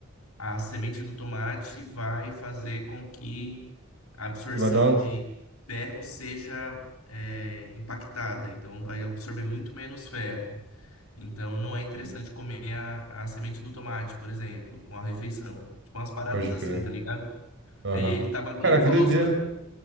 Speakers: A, on the left; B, on the right.
A: a semente do tomate vai fazer com que a absorção
B: Vai dar uma...
A: de ferro seja é, impactada, então vai absorver muito menos ferro. Então não é interessante
B: Sim,
A: comer a, a semente do tomate, por exemplo, com a refeição. Tipo umas paradas
B: Pode crer.
A: assim, tá ligado?
B: Aham.
A: E ele tava, ele
B: Cara, que
A: falou,
B: doideira.
A: tipo,